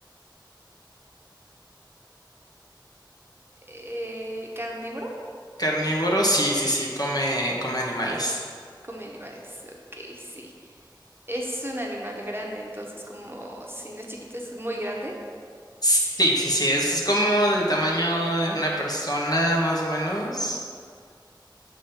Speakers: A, on the right; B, on the left.
A: eh, ¿carnívoro?
B: Carnívoro, sí, sí, sí, come, come animales.
A: Come animales. Ok, sí. Es un animal grande, entonces como si no es chiquito, es muy grande.
B: Sí, sí, sí, es como del tamaño de una persona, más o menos. <laughs>